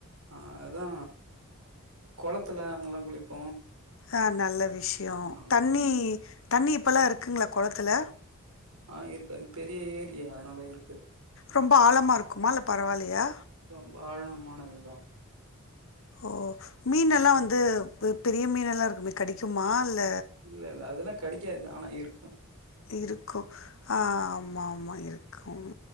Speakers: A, on the right; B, on the left.
A: ஆ அதா கொளத்துல அங்கல்லா குளிப்போ
B: ஆ நல்ல விஷ்யொ
A: அதனால
B: தண்ணி தண்ணி இப்பல்லா இருக்குங்ளா கொளத்துல
A: ஆ இருக்கு அது பெரிய ஏரி அதனால இருக்கு
B: ரொம்ப ஆழமா இருக்குமா இல்ல பரவாயிலயா
A: ரொம்ப ஆழமானதுதா
B: ஓ மீனெல்லா வந்து பெரிய மீனெல்லா இருக்குமே கடிக்குமா இல்ல
A: இல்ல இல்ல அதெல்லா கடிக்காது ஆனா இருக்கு
B: இருக்கு ஆ ஆமா ஆமா இருக்கும்